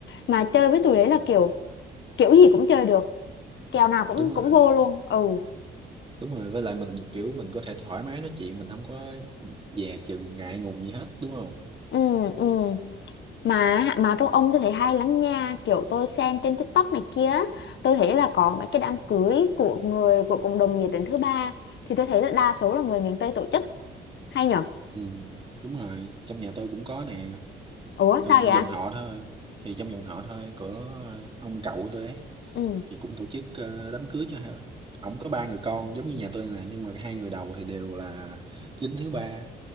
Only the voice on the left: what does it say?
mà chơi với tụi đấy là kiểu kiểu gì cũng chơi được kèo nào cũng
cũng vô luôn ừ
ừ ừ mà mà trong ông tôi thấy hay lắm nha kiểu tôi xem trên TikTok này kia á, tôi thấy là có mấy cái đám cưới của người của cộng đồng giới tính thứ ba thì tôi thấy là đa số là người miền Tây tổ chức hay nhở
ủa
sao vậy
ừ